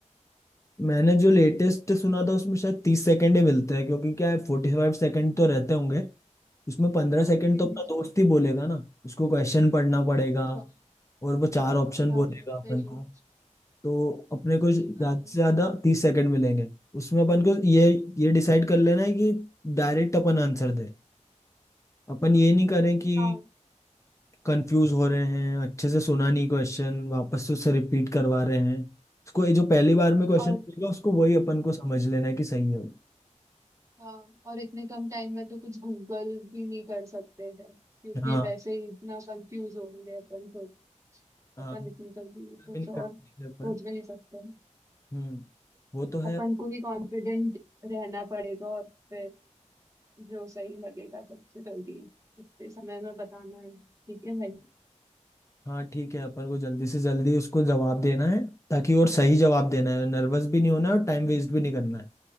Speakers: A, on the left; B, on the right.
A: मैंने जो लेटेस्ट सुना था उसमें शायद तीस सेकंड ही मिलते हैं क्योंकि क्या है फोर्टी फाइव सेकंड तो रहते होंगे उसमें पंद्रह सेकंड
B: हम्म
A: तो अपना दोस्त ही बोलेगा ना उसको क्वेश्चन पढ़ना पड़ेगा
B: अच्छा,
A: और वो चार ऑप्शन
B: हाँ
A: बोलेगा
B: हाँ
A: अपन
B: सही
A: को
B: है
A: तो अपने को ज्यादा
B: हाँ हाँ
A: से ज्यादा तीस सेकंड मिलेंगे उसमें अपन को ये ये डिसाइड कर लेना है कि डायरेक्ट अपन आंसर दे अपन ये नहीं करें कि
B: हाँ,
A: कंफ्यूज हो रहे हैं अच्छे से सुना नहीं क्वेश्चन वापस से उससे रिपीट करवा रहे हैं उसको ये जो पहली बार में क्वेश्चन
B: और
A: मिलेगा उसको वही अपन को समझ लेना है कि सही है वो
B: हाँ और इतने कम टाइम में तो कुछ गूगल भी नहीं कर सकते हैं क्योंकि
A: हाँ
B: वैसे ही इतना कंफ्यूज होंगे अपन खुद
A: हाँ
B: अपन इतनी जल्दी
A: बिल्कुल
B: कुछ
A: भी नहीं
B: और
A: कर पाएंगे
B: सोच
A: अपन
B: भी नहीं सकते
A: हम्म वो तो है
B: अपन को ही कॉन्फिडेंट रहना पड़ेगा और फिर जो सही लगेगा सबसे जल्दी उतने समय में बताना है ठीक है भाई
A: हाँ ठीक है अपन को जल्दी से जल्दी उसको जवाब देना है ताकि और सही जवाब देना है नर्वस भी नहीं होना है और टाइम वेस्ट भी नहीं करना है